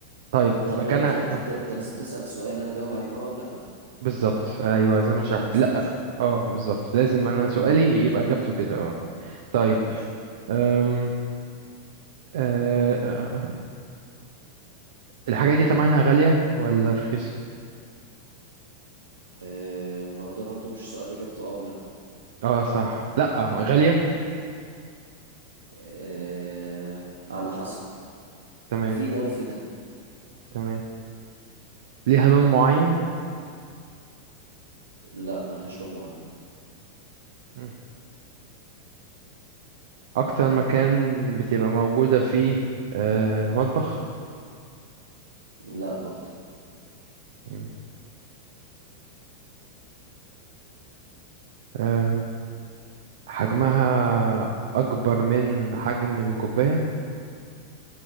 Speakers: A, on the right; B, on the right.
A: طيب
B: طب
A: مكانها
B: ما انت انت
A: آه
B: بت... انت لازم تسأل سؤال انا اجاوب عليه بأه او لا
A: بالظبط ايوه زي ما شرحت
B: خلاص
A: لا
B: ماشي
A: اه بالظبط لازم انا سؤالي يبقى اجابته كده اه طيب
B: ماشي
A: أم... أه آه، آه. الحاجة دي تمنها غالية ولا رخيصة؟
B: آه، ما هو ده برضو مش سؤال اجابته اه او لا
A: اه صح لأ غالية
B: آه، على حسب
A: تمام
B: في ده وفي ده
A: تمام ليها لون معين
B: لا ملهاش لون معين
A: مم. أكتر مكان بتبقى موجودة فيه أه المطبخ
B: لا برضو
A: مم. أه حجمها أكبر من حجم الكوباية